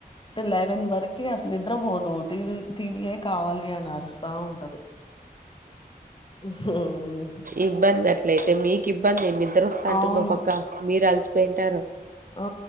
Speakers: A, on the left; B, on the right.
A: లెవన్ వర్క్ కి అసలు నిద్రపోదు టీవీ టీవీయే కావాలి అని అరుస్తా ఉంటది హ్మ్.
B: ఇబ్బంది అట్లయితే మీ ఇబ్బంది అయింది నిద్ర వస్తా ఉంటది
A: అవును.
B: పక్క మీరలిసి పెయింటారు
A: ఆ